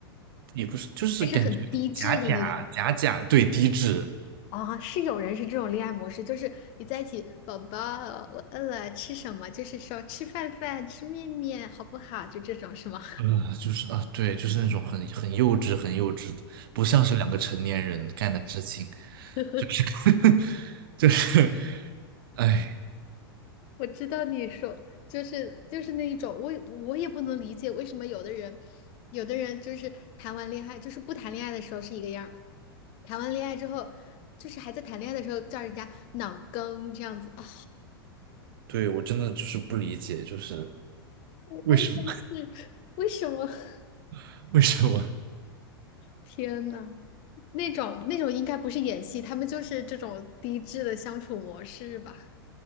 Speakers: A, on the right; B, on the left.
A: 也不是，就是感觉假假假假，
B: 还是很低质的那种？
A: 对，低质，
B: 啊，是有人是这种恋爱模式，就是你在一起，宝宝，我饿了，吃什么？就是说吃饭饭，吃面面，好不好？就这种是吗？
A: 呃，就是啊，对，就是那种很很幼稚、很幼稚的，不像是两个成年人干的事情，
B: <laughs>
A: 就是 <laughs> 就是，哎，
B: 我知道你说就是就是那一种，我也我也不能理解为什么有的人，有的人就是谈完恋爱，就是不谈恋爱的时候是一个样儿谈完恋爱之后，就是还在谈恋爱的时候叫人家脑梗这样子啊，
A: 对，我真的就是不理解，就是
B: <laughs> 我我也是，
A: 为什么
B: 为什么？<laughs>
A: <laughs> 为什么？
B: 天呐，那种那种应该不是演戏，他们就是这种低质的相处模式吧？